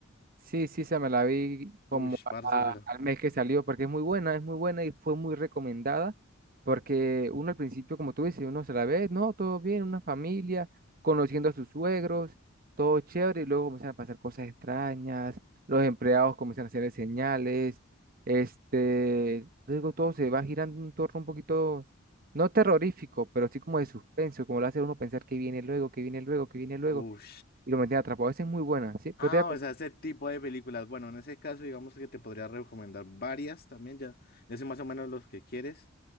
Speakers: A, on the right (about 45°); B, on the left (about 50°).
A: Sí, sí, se me la vi como
B: Uy, parce,
A: a-
B: pero,
A: al mes que salió, porque es muy buena, es muy buena y fue muy recomendada, porque uno al principio, como tú dices, uno se la ve, no, todo bien, una familia, conociendo a sus suegros, todo chévere, y luego comienzan a pasar cosas extrañas, los empleados comienzan a hacer señales, este, luego todo se va girando en un torno un poquito, no terrorífico, pero sí como de suspenso, como lo hace uno pensar que viene luego, que viene luego, que viene luego,
B: uy.
A: y lo mantiene atrapado. Esa es muy buena, ¿sí? Pero
B: Ah,
A: te voy a
B: o sea, ese tipo de películas. Bueno, en ese caso, digamos que te podría recomendar varias también, ya, ya sé más o menos los que quieres.